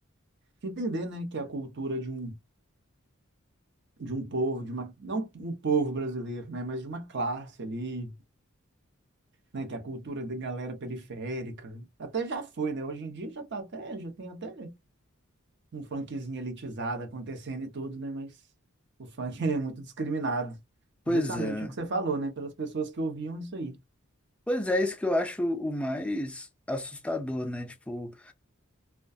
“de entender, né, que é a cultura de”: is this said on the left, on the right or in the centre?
Right